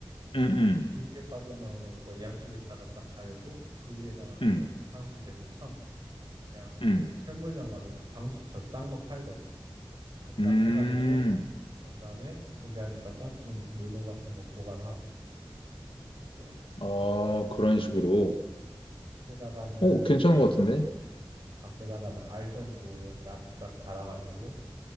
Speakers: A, on the right (about 55°); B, on the left (about 85°).
A: 그럼
B: 음, 음,
A: 그 길게 빠져나오는 거 양쪽에다가 딱 달고 그 위에다가
B: 음,
A: 그런 방수되는 천 그냥
B: 음,
A: 저기 철물점 가면 그 방수천 싼 거 팔거든. 그거
B: 음.
A: 딱 해가지고 단 다음에 거기 안에다가 좀 물건 같은 거 보관하고 하고
B: 어,
A: 이제
B: 그런 식으로.
A: 음, 밖에다가는
B: 어, 괜찮은
A: 그
B: 것 같은데?
A: 어, 밖에다가는 알전구 이런 딱싹 달아가지고